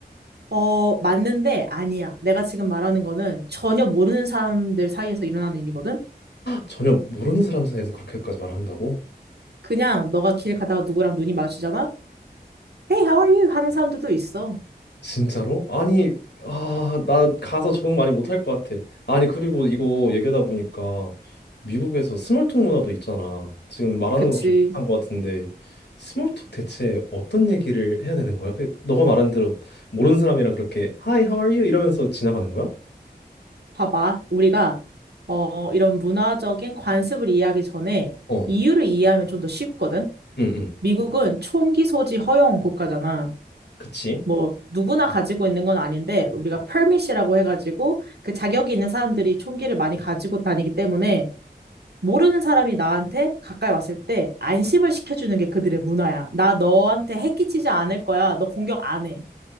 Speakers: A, on the right (about 75°); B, on the left (about 85°).
A: 어, 맞는데 아니야. 내가 지금 말하는 거는 전혀 모르는 사람들 사이에서 일어나는 일이거든?
B: 전혀 모르는 사람 사이에서 그렇게까지 말을 한다고?
A: 그냥 너가 길 가다가 누구랑 눈이 마주치잖아? Hey, how are you? 하는 사람들도 있어.
B: 진짜로? 아니, 아, 나 가서 적응 많이 못할 것 같아. 아니, 그리고 이거 얘기하다 보니까 미국에서 스몰톡 문화도 있잖아. 지금 말하는
A: 그치.
B: 거랑 좀 비슷한 것 같은데, 스몰톡 대체 어떤 얘기를 해야 되는 거야? 그 너가 말한 대로 모르는 사람이랑 그렇게 Hi, how are you? 이러면서 지나가는 거야?
A: 봐봐. 우리가, 어, 이런 문화적인 관습을 이해하기 전에
B: 어,
A: 이유를 이해하면 좀 더 쉽거든?
B: 응, 응.
A: 미국은 총기 소지 허용 국가잖아.
B: 그치?
A: 뭐, 누구나 가지고 있는 건 아닌데, 우리가
B: 어.
A: permit이라고 해가지고, 그 자격이 있는 사람들이 총기를 많이 가지고 다니기 때문에, 모르는 사람이 나한테 가까이 왔을 때 안심을 시켜주는 게 그들의 문화야. 나 너한테 해 끼치지 않을 거야. 너 공격 안 해.